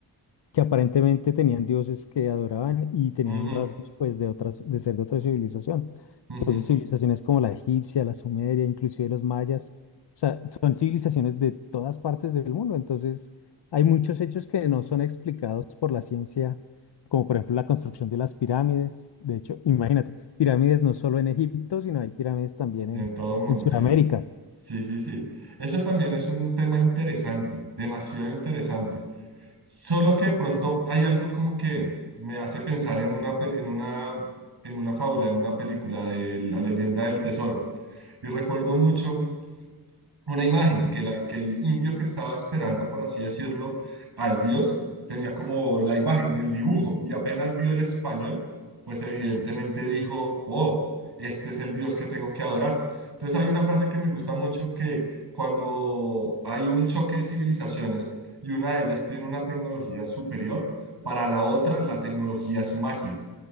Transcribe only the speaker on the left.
que aparentemente tenían dioses que adoraban y tenían
rasgos pues de otras, de ser de otra civilización.
Entonces, civilizaciones como la egipcia, la sumeria, inclusive los mayas, o sea, son civilizaciones de todas partes del mundo. Entonces, hay muchos hechos que no son explicados por la ciencia, como por ejemplo la construcción de las pirámides. De hecho, imagínate, pirámides no solo en Egipto, sino hay pirámides también
en,
en Sudamérica.